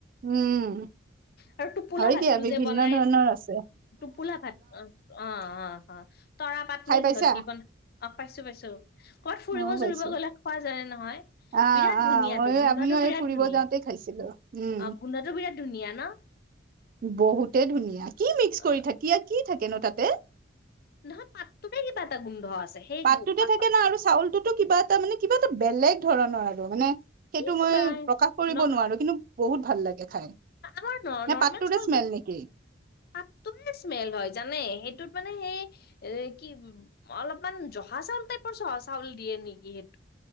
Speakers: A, on the right (about 45°); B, on the left (about 50°).
A: উম।
B: আৰু টোপোলা
A: হয়
B: ভাতটো
A: দিয়া বিভিন্ন
B: যে বনাই
A: ধৰণৰ আছে
B: টোপোলা ভাত অ' অ' অ'। অ' তৰা পাত
A: খাই
B: নে
A: পাইছা
B: কিহত দি বন অ 'পাইছো পাইছো। ক'ত ফুৰিব
A: ময়ো পাইছো
B: চুৰিব গ'লে খোৱা যায়ে নহয়।
A: অ
B: বিৰাট
A: অ
B: ধুনীয়া
A: ময়ো
B: তটো গোন্ধটো
A: আমিও
B: বিৰাট
A: এই ফুৰিব
B: ধুনীয়াই,
A: যাওঁতে খাইছিলো উম
B: অ' গোন্ধটো বিৰা ধুনীয়া ন?
A: বহুতে ধুনীয়া কি মিক্স
B: অ
A: কৰি থাকি আৰু কি থাকেন তাতে?
B: নহয় পাত্ৰতে কিবা এটা গোন্ধ আছে। সেই
A: পাতটোতে
B: গো পাত
A: থাকে ন আৰু চাউলটোতো কিবা এটা মানে কিবা এটা বেলেগ ধৰণৰ আৰু মানে
B: কি
A: সেইটো মই
B: বা
A: প্ৰকাশ কৰিব
B: ন
A: নোৱাৰো কিন্তু বহুত ভাল লাগে খাই।
B: আমাৰ
A: নে
B: নৰ্মেল
A: পাতটোৰে
B: চাউল,
A: স্মেল নেকি
B: পাতটো স্মেল হয় জানে সেইটোত মানে সেই এ কি অলপমান জহা চাউল টাইপৰ চহা চাউল দিয়ে নেকি সেই